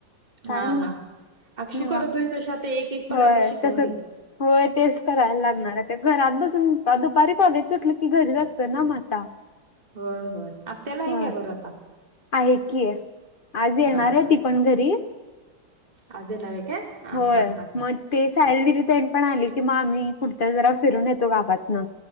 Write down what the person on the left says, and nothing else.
काय
नाही
निवा
होय
तस
होय. तेचं करायला लागणार घरात बसून दुपारी कॉलेज सुटलं की घरीच असतं न म आता.
होय
आहे की आज येणार
आहे
ती पण घरी.
होय.
मग ते सायली दीदींतें पण आली की मग आम्ही कुटतर जरा फिरून येतो गावातन.